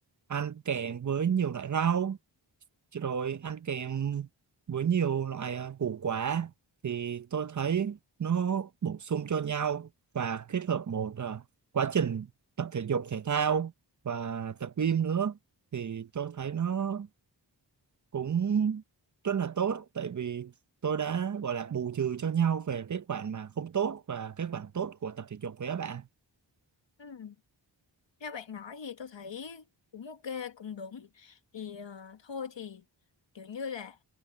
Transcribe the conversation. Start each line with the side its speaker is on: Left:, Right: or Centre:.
Right: ăn kèm với nhiều loại rau rồi ăn kèm với nhiều loại ờ, củ quả thì tôi thấy nó bổ sung cho nhau và kết hợp một ờ, quá trình tập thể dục thể thao và tập gym nữa thì tôi thấy nó cũng rất là tốt tại vì tôi đã gọi là bù trừ cho nhau về cái khoản mà không tốt và cái khoản tốt của tập thể dục với các bạn
Left: ừ. theo bạn nói thì tôi thấy cũng ok cũng đúng thì ờ, thôi thì kiểu như là